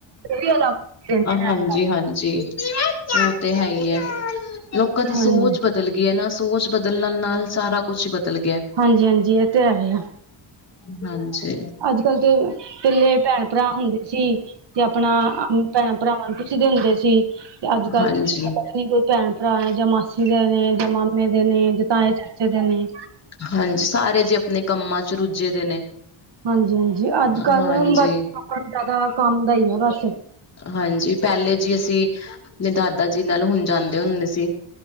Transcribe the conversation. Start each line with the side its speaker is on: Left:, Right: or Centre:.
Right: ਓਹ ਵੀ ਅਲੱਗ ਰਹਿੰਦੇ ਨੇ
Left: ਹਾਂਜੀ-ਹਾਂਜੀ,
Right: ਅੱਜ ਕੱਲ
Left: ਓਹ ਤੇ ਹੈ ਈ ਐ, ਲੋਕਾਂ ਦੀ ਸੋਚ
Right: ਹਾਂਜੀ
Left: ਬਦ ਬਦਲ ਗਈ ਐਨਾ, ਸੋਚ ਬਦਲਣ ਨਾਲ, ਸਾਰਾ ਕੁਛ ਈ ਬਦਲ ਗੇਆ।
Right: ਹਾਂਜੀ-ਹਾਂਜੀ, ਏਹ ਤੇ ਹੈਐ।
Left: ਹਾਂਜੀ।
Right: ਅੱਜ-ਕਲ ਤੇ ਪੈਹਲੇ ਭੈਣ ਭਰਾ ਹੁੰਦੇ ਸੀ। ਤੇ ਆਪਣਾ ਭੈਣਾਂ-ਭਰਾਵਾਂ ਨੂੰ ਪੁੱਛਦੇ ਹੁੰਦੇ ਸੀ, ਤੇ ਅੱਜ ਕੱਲ
Left: ਹਾਂਜੀ
Right: ਪਤਾ ਵੀ ਨੀ ਕੋਈ ਭੈਣ ਭਰਾ ਜਾਂ ਮਾਸੀ ਦੇ ਨੇ, ਜਾਂ ਮਾਮੇ ਦੇ ਨੇ, ਜਾਂ ਤਾਏ-ਚਾਚੇ ਦੇ ਨੇ।
Left: ਹਾਂਜੀ, ਸਾਰੇ ਜੀ ਆਪਣੇ ਕੰਮਾਂ ਚ ਰੁੱਝੇ ਦੇ ਨੇ।
Right: ਹਾਂਜੀ-ਹਾਂਜੀ, ਅੱਜ-ਕੱਲ
Left: ਹਾਂਜੀ
Right: ਬਸ ਆਪ ਜ਼ਿਆਦਾ ਕੰਮ ਦਾ ਈ ਆ ਬਸ।
Left: ਹਾਂਜੀ, ਪੈਹਲੇ ਜੀ ਅਸੀਂ ਦਾਦਾ ਜੀ ਨਾਲ ਹੁਣ ਜਾਂਦੇ ਹੁੰਦੇ ਸੀ।